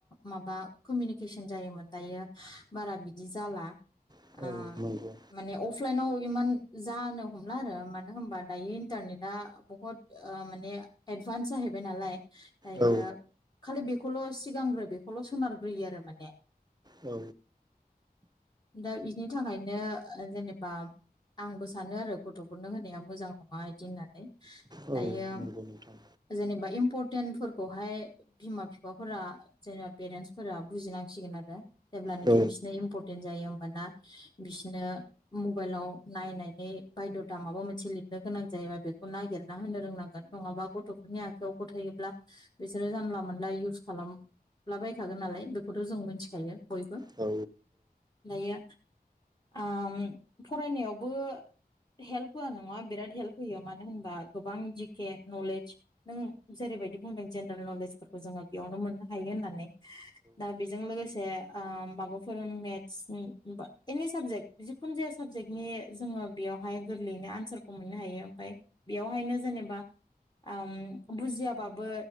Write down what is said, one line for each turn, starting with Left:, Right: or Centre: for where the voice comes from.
Left: माबा कमिउनिकेसन जायोमोन दायो बारा बिदि जाला
Right: औ
Left: आ
Right: नंगौ
Left: माने अफ फ्लाइनाव इमान जानो हमला आरो मानो होनबा दायो इन्टारनेट आ बुहुत ओ माने एदभान्स जाहैबाय नालाय दायो
Right: औ
Left: खालि बेख खौल' सिगांग्रो बेखौल' सोनारग्रोयो आरो माने
Right: औ
Left: दा इदिनि थाखायनो ओ जेनेबा आंबो सानो आरो गथ'फोरनो होनाया मोजां नङा इदि होननानै
Right: औ
Left: दायो
Right: नंगौ नोंथां
Left: जेनेबा इम्परटेन्टफोरखौहाय बिमा फिफाफोरा जेनेबा पेरेन्सफोरा बुजिनांसिगोन आरो जेब्लानोखि
Right: औ
Left: बिसनिया इम्परटेन जायो होमबाना बिसोरनो मबाइलाव नायनानै बायद'था माबा मोनसे लिरनो गोनां जायोबा बेखौ नागिरना होनो रोंनांगोन नङाबा गथ' फोरनि आखाइायाव गथायोबब्ला बिसोरो जानला मोनला इउस खालाम लाबायखागोन नालाय बेखौथ' जों मिथिखायो बयबो
Right: औ
Left: दायो ओम फरायनायावबो हेल्प होआ नङा बिराद हेल्प होयो मानो होनबा गोबां जिके नलेज नों जेरैबायदि बुंदों जेनेरेल नलेजफोरखौ जोङो बेयावनो मोननो हायो होननानै दा बेजों लोगोसे ओ माबाफोर मेथ्सनि बा एनि साबजेक्ट जिखुन जाया साबजेक्टनि जोङो बे बेयावहाय गोरलैनो आनसार मोननो हायो ओमफ्राय बेयावहायनो जेनेबा ओम बुजियाबाबो